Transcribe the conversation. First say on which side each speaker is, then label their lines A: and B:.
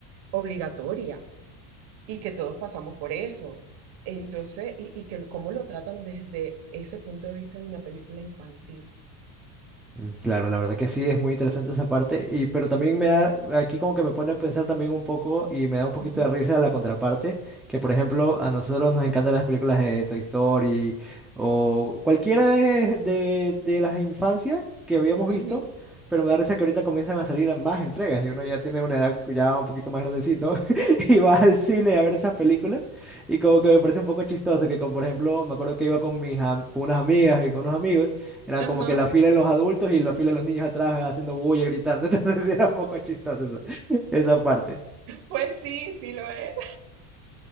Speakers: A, on the right; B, in the centre.
A: obligatoria y que todos pasamos por eso. Entonces, y, y que cómo lo tratan desde ese punto de vista de una película infantil.
B: Mm, Claro, la verdad que sí, es muy interesante esa parte, y, pero también me da, aquí como que me pone a pensar también un poco y me da un poquito
A: Ujú,
B: de risa la contraparte, que por ejemplo a nosotros nos encantan las películas de Toy Story o cualquiera de, de, de las infancias que habíamos
A: ujú,
B: visto, pero me da risa que ahorita comienzan a salir más entregas y uno ya tiene una edad ya un poquito más grandecito <laughs> y va al cine a ver esas películas y como que me parece un poco chistoso que como por ejemplo me acuerdo que iba con, mis, am- con unas amigas y con unos amigos. Era
A: Ajá.
B: como que la fila de los adultos y la fila de los niños atrás haciendo bulla, gritando. <laughs> Entonces sí era un poco chistoso esa, esa parte.
A: Pues sí, sí lo es.